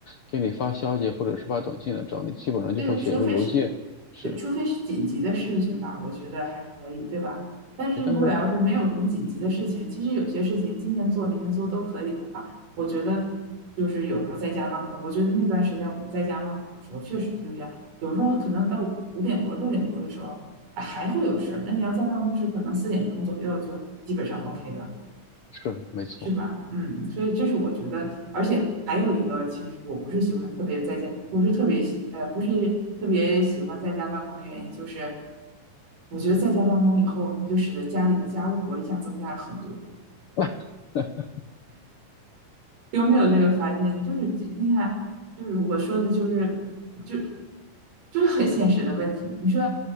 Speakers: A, on the left; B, on the right.
A: 给你发消息或者是发短信来找你，基本上就会写一个邮件。
B: 对，除非是，
A: 是，
B: 呃除非是紧急的事情吧，我觉得还可以，对吧？但是如果要是没有什么紧急的事情，
A: 但是
B: 其实有些事情今天做明天做都可以的话，我觉得就是有时候在家办公，我觉得那段时间我们在家办公的时候，确实就这样，有时候可能到五点多六点多的时候，哎还会有事儿，那你要在办公室，可能四点钟左右就基本上 OK 了。
A: 是没错。
B: 是吧？嗯，所以这是我觉得，而且还有一个，其实我不是喜欢特别在家，不是特别喜呃，不是特别喜欢在家办公的原因，就是我觉得在家办公以后，你就使得家里的家务活一下增加了很多。
A: <laughs>
B: 有没有这个发现？就是你看，就是我说的，就是就就是很现实的问题。你说，